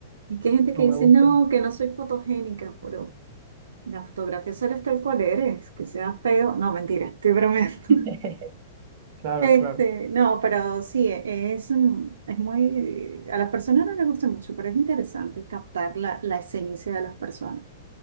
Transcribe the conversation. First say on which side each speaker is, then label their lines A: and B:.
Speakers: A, on the right (about 80°); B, on the right (about 50°).
A: Y que hay gente
B: No
A: que
B: me
A: dice,
B: gusta.
A: no, que no soy fotogénica, pero la fotografía solo es tal cual eres, que sea feo. No, mentira, estoy bromeando.
B: <laughs>
A: <laughs>
B: Claro,
A: Este,
B: claro.
A: no, pero sí, e- es, un- es muy, a las personas no les gusta mucho, pero es interesante captar la, la esencia de las personas,